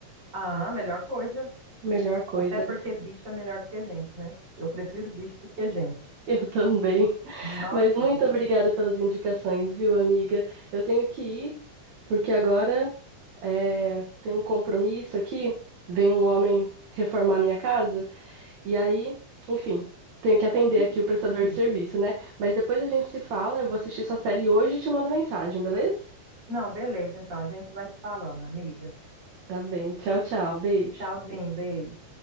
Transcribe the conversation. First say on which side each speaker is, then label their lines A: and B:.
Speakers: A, on the right; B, on the right.
A: Ah, a melhor coisa.
B: Melhor coisa.
A: Até porque
B: <laughs>
A: bicho é melhor do que a gente, né? Eu prefiro bicho do que gente.
B: Eu também.
A: Nossa,
B: Mas muito
A: gente.
B: obrigada pelas indicações, viu, amiga? Eu tenho que ir, porque agora é, tem um compromisso aqui. Vem um homem reformar minha casa. E aí, enfim, tenho que atender
A: Que
B: aqui
A: chique.
B: o prestador de serviço, né? Mas depois a gente se fala, eu vou assistir sua série hoje e te mando mensagem, beleza?
A: Não, beleza, então a gente vai se falando, amiga.
B: Tá bem, tchau, tchau, beijo.
A: Tchauzinho, beijo.